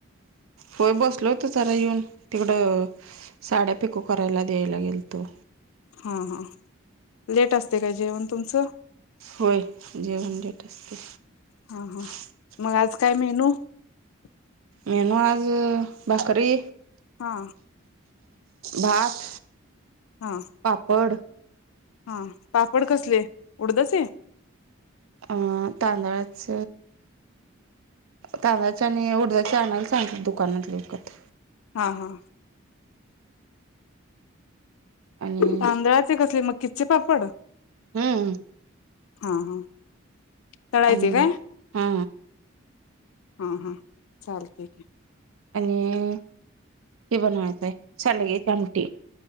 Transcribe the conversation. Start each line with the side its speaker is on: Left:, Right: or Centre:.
Right: होय, बसल होत जरा येऊन तिकडं साड्या पिको करायला द्यायला गेलतो.
Left: हा हा लेट असते काय जेवण तुमचं.
Right: होय जेवन लेट असते.
Left: हा हा
Right: <inaudible>
Left: मग आज काय मेनू? <inaudible>
Right: मेनू आज भाकरी
Left: हा.
Right: भात,
Left: हा
Right: पापड <inaudible>
Left: हा पापड कसले उडदाचे.
Right: अं तांदळाच तांदळाच आणि उडदाच्या आणायला सांगीतले दुकानातन विकत.
Left: हा हा
Right: आणि
Left: तांदळाचे कसले मग किच्चे पापड
Right: हम्म
Left: हा हा तळायचे
Right: अ
Left: काय?
Right: हा
Left: हा हा चाल ठीक आहे
Right: आणि हे बनवायचं आहे सांडग्याची आमटी